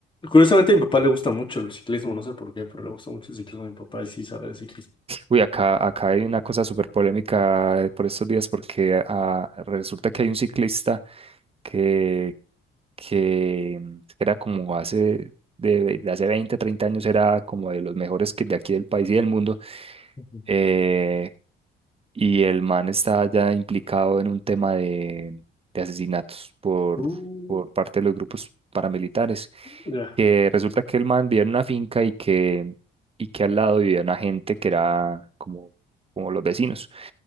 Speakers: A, on the left; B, on the right.
A: Curiosamente, a mi papá le gusta mucho el ciclismo, no sé por qué, pero le gusta mucho el ciclismo a mi papá y sí sabe de ciclismo.
B: Uy, acá, acá hay una cosa súper polémica eh, por estos días porque ah, resulta que hay un ciclista que, que mm, era como hace, de, de hace 20 30 años, era como de los mejores que de aquí del país y del mundo.
A: Ujú.
B: eh, y el man está ya implicado en un tema de, de asesinatos por,
A: Uh,
B: por parte de los grupos paramilitares.
A: ya.
B: Que resulta que el man vivía en una finca y que, y que al lado vivía una gente que era como, como los vecinos.